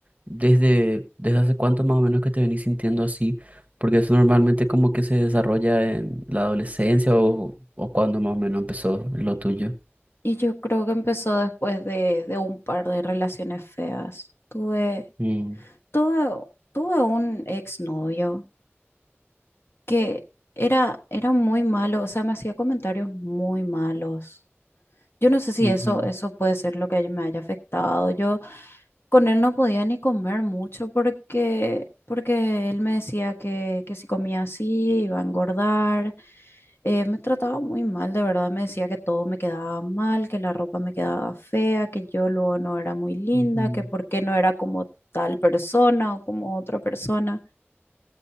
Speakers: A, on the right (about 35°); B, on the left (about 60°).
A: ¿desde, desde hace cuánto más o menos que te venís sintiendo así? Porque eso normalmente como que se desarrolla en la adolescencia o, o cuando más o menos empezó lo tuyo.
B: Y yo creo que empezó después de, de un par de relaciones feas. Tuve,
A: Mm,
B: tuve, tuve un exnovio que era, era muy malo, o sea, me hacía comentarios muy malos. Yo no sé si
A: ujú,
B: eso, eso puede ser lo que me haya afectado. Yo con él no podía ni comer mucho porque, porque él me decía que, que si comía así iba a engordar. Eh, me trataba muy mal, de verdad, me decía que todo me quedaba mal, que la ropa me quedaba fea, que yo luego no era muy linda,
A: ujú,
B: que por qué no era como tal persona o como otra persona.